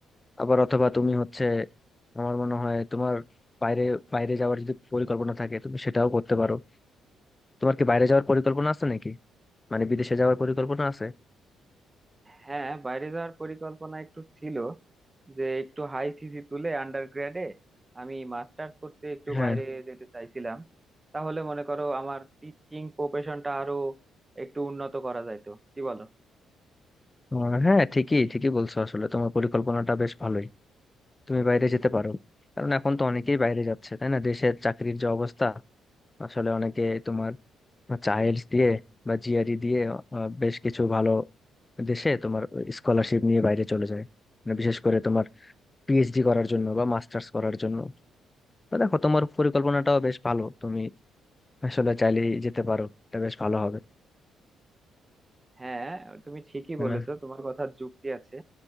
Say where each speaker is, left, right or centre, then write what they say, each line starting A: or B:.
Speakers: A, on the left; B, on the right.
A: আবার অথবা তুমি হচ্ছে আমার মনে হয় তোমার বাইরে বাইরে যাওয়ার যদি পরিকল্পনা থাকে তুমি সেটাও করতে পারো তোমার কি বাইরে যাওয়ার পরিকল্পনা আছে নাকি মানে বিদেশে যাওয়ার পরিকল্পনা আছে
B: হ্যাঁ বাইরে যাওয়ার পরিকল্পনা একটু ছিল যে একটু হাই সিসি তুলে আন্ডারগ্রেডে আমি মাস্টার্স করতে একটু
A: হ্যাঁ
B: বাইরে যেতে চাইছিলাম তাহলে মনে করো আমার টিচিং প্রফেশনটা আরো একটু উন্নত করা যাইতো কি বলো
A: আহ, হ্যাঁ ঠিকই ঠিকই বলছো আসলে তোমার পরিকল্পনাটা বেশ ভালোই তুমি বাইরে যেতে পারো কারণ এখন তো অনেকেই বাইরে যাচ্ছে তাই না দেশের চাকরির যে অবস্থা আসলে অনেকে তোমার চাইল্ডস দিয়ে বা জিআরই দিয়ে আহ, বেশ কিছু ভালো দেশে তোমার স্কলারশিপ নিয়ে বাইরে চলে যায় মানে বিশেষ করে তোমার পিএইচডি করার জন্য বা মাস্টার্স করার জন্য তো দেখো তোমার পরিকল্পনাটাও বেশ ভালো তুমি আসলে চাইলেই যেতে পারো এটা বেশ ভালো হবে
B: হ্যাঁ তুমি ঠিকই
A: তাই
B: বলেছো
A: না
B: তোমার কথা যুক্তি আছে